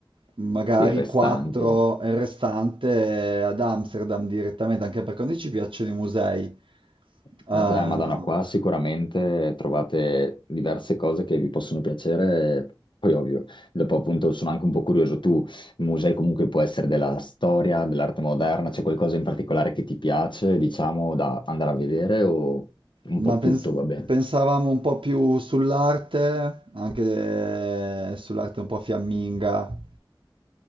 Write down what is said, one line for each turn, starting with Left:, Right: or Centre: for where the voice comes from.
Right: magari
Left: I restanti.
Right: quattro il restante ad Amsterdam direttamente, anche perché a noi ci piacciono i musei.
Left: Certo,
Right: ehm,
Left: eh, Madonna, qua sicuramente trovate diverse cose che vi possono piacere, poi ovvio, dopo appunto sono anche un po' curioso, tu il museo comunque può essere della storia, dell'arte moderna, c'è qualcosa in particolare che ti piace, diciamo, da andare a vedere o un
Right: Ma
Left: po'
Right: pens-
Left: tutto va bene?
Right: pensavamo un po' più sull'arte, anche eh, sull'arte un po' fiamminga,